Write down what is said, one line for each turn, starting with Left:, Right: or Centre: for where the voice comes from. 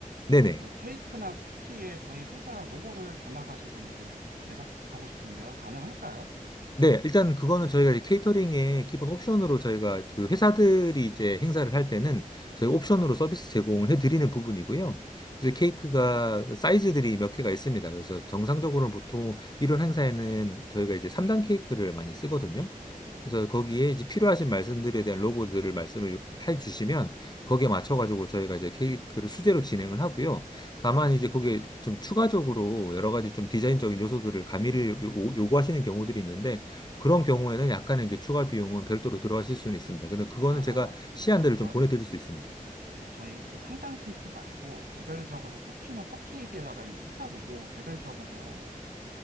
Left: 네네.
Right: 뭐 케이크나 쿠키에 저희 회사 로고를 담아가지고 이제 제작하고 싶은데요. 가능할까요?
Left: 네, 일단 그거는 저희가 이제 케이터링의 기본 옵션으로 저희가 그 회사들이 이제 행사를 할 때는 저희 옵션으로 서비스 제공을 해드리는 부분이고요. 그래서 케이크가 그 사이즈들이 몇 개가 있습니다. 그래서 정상적으로는 보통 이런 행사에는 저희가 이제 3단 케이크를 많이 쓰거든요.
Right: 네.
Left: 그래서 거기에 이제 필요하신 말씀들에 대한 로고들을 말씀을 해주시면 거기에 맞춰가지고 저희가 이제 케이크를 수제로 진행을 하고요. 다만 이제 거기에 좀 추가적으로 여러 가지 좀 디자인적인 요소들을 가미를 요- 요구하시는 경우들이 있는데 그런 경우에는 약간의 이제 추가 비용은 별도로 들어가실 수는 있습니다. 근데 그거는
Right: 아,
Left: 제가 시안들을
Right: 저,
Left: 좀 보내드릴 수 있습니다.
Right: 네, 저희 그 3단 케이크 말고 개별적으로 쿠키나 컵케이크에다가 이제 회사 로고 개별적으로